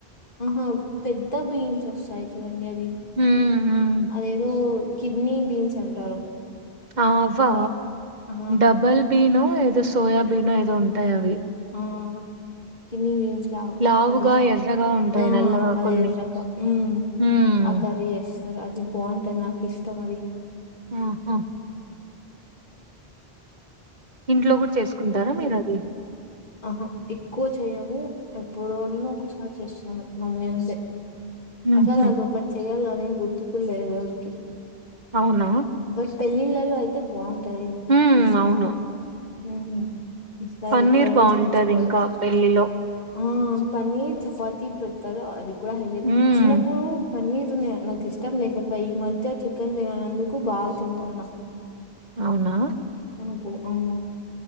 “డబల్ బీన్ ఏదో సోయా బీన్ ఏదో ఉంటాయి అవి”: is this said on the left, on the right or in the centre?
Right